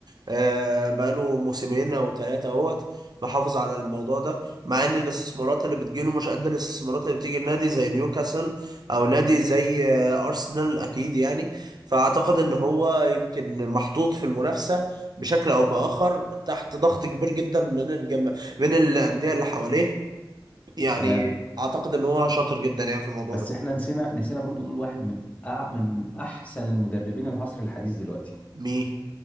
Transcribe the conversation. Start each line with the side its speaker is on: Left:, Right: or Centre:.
Right: آه، بقاله موسمين او ثلاثه اهوت محافظ على الموضوع ده مع ان الاستثمارات اللي بتجيله مش قد الاستثمارات اللي بتيجي النادي زي نيوكاسل او نادي زي آه، ارسنال اكيد يعني فاعتقد ان هو يمكن محطوط في المنافسه بشكل او باخر تحت ضغط كبير جدا من الجم... من الانديه اللي حواليه يعني
Left: تمام
Right: اعتقد ان هو شاطر جدا يعني في الموضوع
Left: بس
Right: ده
Left: احنا نسينا نسينا برضو نقول واحد من أع... من احسن المدربين العصر الحديث دلوقتي
Right: مين